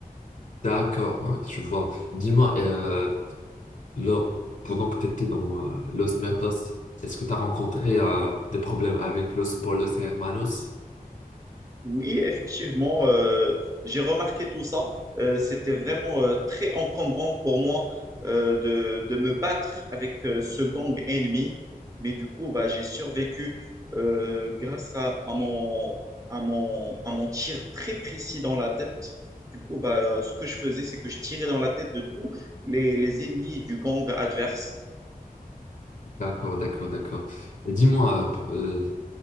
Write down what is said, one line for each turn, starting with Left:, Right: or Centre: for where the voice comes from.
Left: D'accord, ouais, je vois. Dis-moi, euh, Là, pendant que tu étais dans euh, Los Mertos, est-ce que tu as rencontré euh, des problèmes avec Los Polos et Hermanos?
Right: Oui, effectivement, euh, j'ai remarqué tout ça. Euh, c'était vraiment euh, très encombrant pour moi euh, de, de me battre avec euh, ce gang ennemi. Mais du coup, bah, j'ai survécu euh, grâce à, à mon, à mon, à mon tir très précis dans la tête. Du coup, bah, ce que je faisais, c'est que je tirais dans la tête de tous les, les ennemis du gang adverse.
Left: D'accord, d'accord, d'accord. Et Dis-moi, euh, euh,